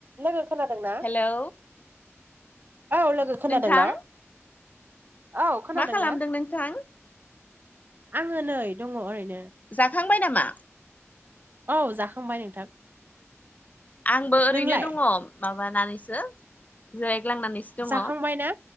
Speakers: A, on the right; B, on the left.
A: लोगो खोनादों ना
B: हेलौ
A: औ लोगो खोनादोंना
B: नोंथां
A: औ खोनादोंना
B: मा खालामदों नोंथां
A: आङो नै दङ ओरैनो।
B: जाखांबाय नामा?
A: औ जाखांबाय नोंथां।
B: आंबो ओरैनो
A: नोंलाय
B: दङ माबानानैसो जिरायग्लांनानैसो। दङ
A: जाखांबाय ना